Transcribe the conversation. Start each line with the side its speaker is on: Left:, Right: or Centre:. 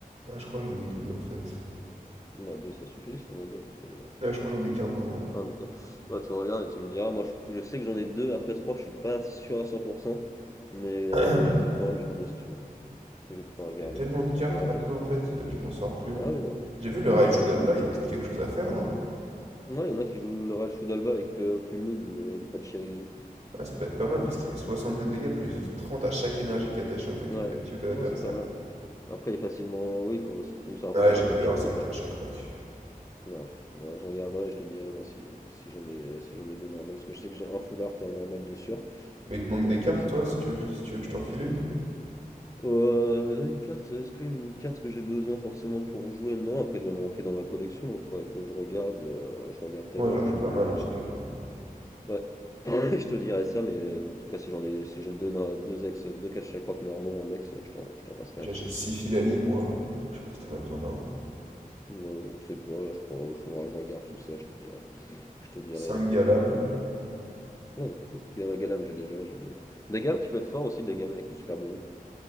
Right: Ah, je crois que j'en ai que deux
Left: Mais,
Right: en fait.
Left: bah, 2, ça suffit, si t'en as 2, t'as pas besoin de plus.
Right: Ah, je crois que j'en ai qu'un, pardon.
Left: Enfin, En tout cas, bah, tu regardes et tu me diras, moi je, je sais que j'en ai deux, après trois, je suis pas sûr à 100%, mais
Right: <clears throat>
Left: je, je prends un garde si tu veux. Je prends un garde.
Right: Il y a tellement de cartes
Left: je rappelle
Right: maintenant en fait, euh, je m'en sors plus moi.
Left: Ah oui, non,
Right: J'ai vu le Raichu
Left: ouais,
Right: Doll,
Left: bah,
Right: là, il y a peut-être quelque chose à faire, non?
Left: ouais, il y en a qui jouent le Real Shoudalva avec euh, Plumlin et pas de Chirizu.
Right: Ah, ça peut être pas mal
Left: Kuz.
Right: parce qu'il met 60 de dégâts plus 30 à chaque énergie attachée au Pokémon
Left: Ouais,
Right: actif de l'adversaire.
Left: non, c'est pas mal. Après, il est facilement, oui, faut, si tu tombes sur un
Right: Ouais,
Left: Pokémon
Right: j'ai
Left: comme
Right: que
Left: Charcot,
Right: un seul
Left: bah,
Right: carte Chakrak.
Left: ouais, faut- ouais, je regarderai et je te dirai, moi, si, si j'en ai, si j'en ai deux normales, parce que je sais que j'ai un full art et un normal de sûr,
Right: Mais il te manque
Left: mais
Right: des
Left: après,
Right: cartes
Left: je sais
Right: toi
Left: plus.
Right: si tu veux que, si tu veux que je t'en file une?
Left: Euh, là, une carte, est-ce qu'une carte que j'ai besoin forcément pour jouer? Non, après, elle doit manquer dans ma collection, donc faudrait que je regarde, euh, je regarde tout
Right: Ouais,
Left: à l'heure
Right: j'en
Left: et
Right: ai
Left: je
Right: pas
Left: te,
Right: mal hein,
Left: je-
Right: si tu veux. hein.
Left: ouais. <laughs> <clears throat> je te dirai ça, mais en tout cas, si j'en ai, si j'ai deux, no- deux ex, deux caches à croque normaux en ex, je t'en, je t'en passerai
Right: Déjà,
Left: un si
Right: j'ai
Left: tu veux.
Right: 6 fils à lit, moi. Je sais pas si t'en as besoin d'un.
Left: Moi, je sais pas, là, je crois, faudra que je regarde tout ça, je te dirai. Je te dirai,
Right: 5
Left: y a pas
Right: galames.
Left: de problème. Mais... Ouais, t'as beaucoup de gammes galam, j'ai déjà, j'ai déjà. Des gammes qui peut être fort aussi, des gammes avec le super bon,